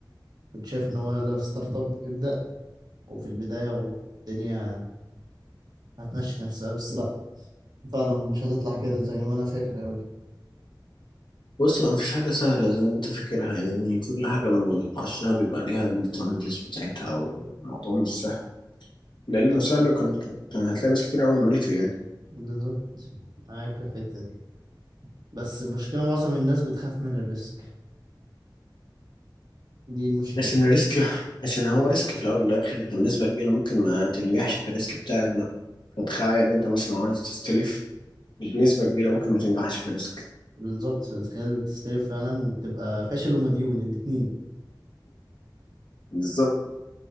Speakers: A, on the right; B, on the left.
A: كنت شايف ان هو يلا ستارت اب ابدأ وفي البداية والدنيا هتمشي نفسها بس فعلا مش هتطلع كده زي ما انا فاكر قوي
B: بص ما فيش حاجة سهلة زي ما انت فاكرها يعني كل
A: مم.
B: حاجة لما بتخشها بيبقى ليها التشالنجز بتاعتها والموضوع مش سهل لأنه
A: أيوة،
B: سهل كان كان هتلاقي ناس كتير قوي عملته يعني
A: بالظبط معاك في الحتة دي بس المشكلة معظم الناس بتخاف من الريسك دي المشكلة
B: عشان الريسك عشان هو ريسك في الأول والآخر انت بنسبة كبيرة ممكن ما تنجحش في الريسك بتاعك ده فتخيل انت مثلا عايز تستلف بنسبة كبيرة ممكن ما تنجحش في الريسك
A: بالظبط فتخيل تستلف فعلا تبقى فاشل ومديون الاتنين
B: بالظبط